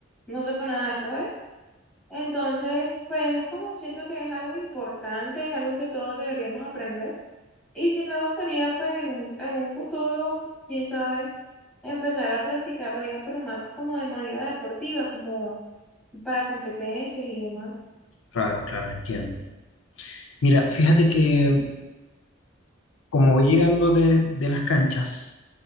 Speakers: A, in the centre; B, on the left.
A: no sepa nadar, ¿sabes? Entonces, pues es como siento que es algo importante, es algo que todos deberíamos aprender. Y sí me gustaría, pues, en, un- en un futuro, quién sabe, empezar a practicarlo ya, pero más como de manera deportiva, como para competencias y demás.
B: Claro, claro, entiendo. Mira, fíjate que como voy llegando de, de las canchas,